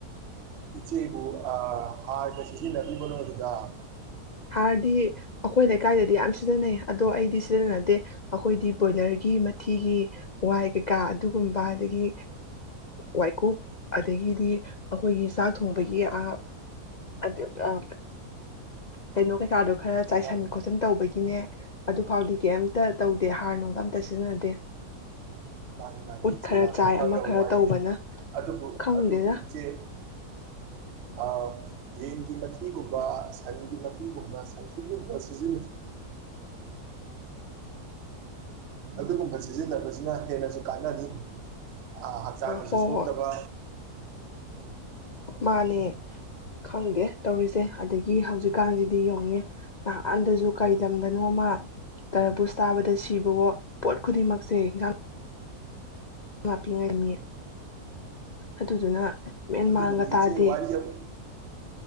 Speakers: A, on the right; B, on the left.
A: ꯏꯆꯦꯕꯨ ꯑꯥ ꯍꯥꯔꯒ ꯁꯤꯖꯤꯅꯕꯤꯕꯔꯣ ꯑꯗꯨꯗ
B: ꯍꯥꯔꯗꯤ ꯑꯩꯈꯣꯏ ꯂꯩꯀꯥꯏꯗꯗꯤ ꯌꯥꯝ ꯁꯤꯖꯤꯟꯅꯩ ꯑꯗꯣ ꯑꯩꯗꯤ ꯁꯤꯖꯤꯟꯅꯗꯦ ꯑꯩꯈꯣꯏꯗꯤ ꯕꯣꯏꯂꯔꯒꯤ ꯃꯊꯤꯒꯤ ꯋꯥꯏ ꯀꯩꯀꯥ ꯑꯗꯨꯒꯨꯝꯕ ꯑꯗꯒꯤ ꯋꯥꯏꯀꯨꯞ ꯑꯗꯒꯤꯗꯤ ꯑꯩꯈꯣꯏꯒꯤ ꯆꯥꯛ ꯊꯣꯡꯕꯒꯤ <unintelligible> ꯀꯩꯅꯣ ꯀꯩꯀꯥꯗꯣ ꯈꯔ ꯆꯥꯏꯁꯟ
A: ꯃꯥꯅꯤ
B: ꯈꯣꯠꯆꯟ ꯇꯧꯕꯒꯤ ꯅꯦ ꯑꯗꯨ ꯐꯥꯎꯗꯤ ꯀꯩꯝꯇ ꯇꯧꯗꯦ ꯍꯥꯔ ꯅꯨꯡꯒ ꯑꯝꯇ ꯁꯤꯖꯤꯟꯅꯗꯦ
A: ꯃꯥꯅꯤ ꯃꯥꯅꯤ
B: ꯎꯠ
A: ꯏꯆꯦ
B: ꯈꯔ
A: ꯌꯥꯝꯅ
B: ꯆꯥꯏ
A: ꯐꯈ꯭ꯔꯕ
B: ꯑꯃ ꯈꯔ
A: ꯋꯥꯔꯤꯅꯤ
B: ꯇꯧꯕꯅ
A: ꯑꯗꯨꯕꯨ
B: ꯈꯪꯗꯦꯗ
A: ꯑꯗꯨꯕꯨ ꯏꯆꯦ ꯑ ꯌꯦꯟꯒꯤ ꯃꯊꯤꯒꯨꯝꯕ ꯁꯟꯒꯤ ꯃꯊꯤꯒꯨꯝꯕ ꯁꯟꯊꯤꯒꯨꯝꯕ ꯁꯤꯖꯤꯟꯅꯩ ꯑꯗꯨꯒꯨꯝꯕ ꯁꯤꯖꯤꯟꯅꯕꯁꯤꯅ ꯍꯦꯟꯅꯁꯨ ꯀꯥꯟꯅꯅꯤ ꯑꯥ ꯍꯛꯆꯥꯡꯁꯨ
B: ꯍꯣꯏ
A: ꯁꯣꯛꯇꯕ
B: ꯍꯣꯏ ꯃꯥꯅꯦ ꯈꯪꯗꯦ ꯇꯧꯔꯤꯁꯦ ꯑꯗꯒꯤ ꯍꯧꯖꯤꯛꯀꯥꯟꯁꯤꯗꯤ ꯌꯦꯡꯉꯅꯤ ꯅꯍꯥꯟꯗꯁꯨ ꯀꯩꯂꯝꯗꯅꯣꯞꯃ ꯇꯔꯕꯨꯁ ꯇꯥꯕꯗ ꯁꯤꯕꯋꯣ ꯄꯣꯠ ꯈꯨꯗꯤꯡꯃꯛꯁꯦ ꯏꯟꯁꯥꯡ ꯍꯥꯞꯄꯤꯉꯥꯏꯅꯤ ꯑꯗꯨꯗꯨꯅ ꯃꯦꯟ
A: ꯑꯗꯨꯕꯨꯅꯦ
B: ꯃꯥꯟꯒ ꯇꯥꯗꯦ
A: ꯏꯆꯦ ꯋꯥꯔꯤꯌꯝ